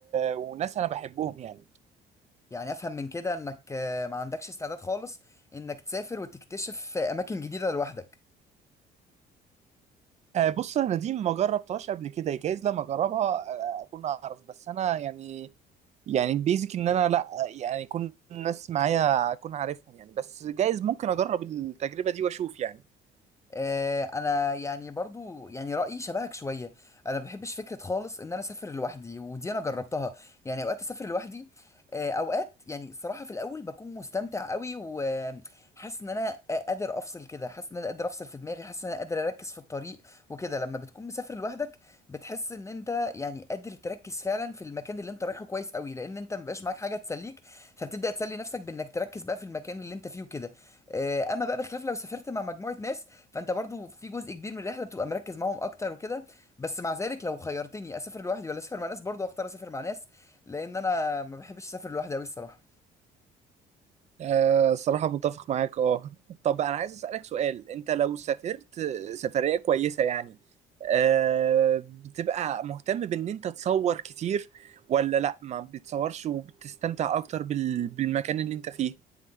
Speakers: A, on the right (about 40°); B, on the left (about 15°).
A: وناس انا بحبهم يعني
B: يعني افهم من كده انك آه ما عندكش استعداد خالص انك تسافر وتكتشف اماكن جديده لوحدك
A: آه، بص انا دي ما جربتهاش قبل كده جايز لما اجربها آه، اكون اعرف بس انا يعني يعني بيزك ان انا لا يعني يكون الناس معايا اكون عارفهم يعني بس جايز ممكن اجرب التجربة دي واشوف يعني
B: آه، انا يعني برضو يعني رايي شبهك شويه انا ما بحبش فكره خالص ان انا اسافر لوحدي ودي انا جربتها يعني اوقات اسافر لوحدي آه، اوقات يعني الصراحه في الاول بكون مستمتع قوي وحاسس ان انا قادر افصل كده حاسس ان انا قادر افصل في دماغي حاسس ان انا قادر اركز في الطريق وكده لما بتكون مسافر لوحدك بتحس ان انت يعني قادر تركز فعلا في المكان اللي انت رايحه كويس قوي لان انت مبقاش معاك حاجه تسليك فبتبدا تسلي نفسك بانك تركز بقى في المكان اللي انت فيه وكده آه، اما بقى بخلاف لو سافرت مع مجموعه ناس فانت برضو في جزء كبير من الرحله بتبقى مركز معاهم اكتر وكده بس مع ذلك لو خيرتني اسافر لوحدي ولا اسافر مع ناس برضو اختار اسافر مع ناس لان انا ما بحبش اسافر لوحدي قوي الصراحه
A: آه، الصراحة متفق معاك اه طب انا عايز اسألك سؤال انت لو سافرت سفرية كويسة يعني آه، بتبقى مهتم بان انت تصور كتير ولا لا ما بتصورش وبتستمتع اكتر بال- بالمكان اللي انت فيه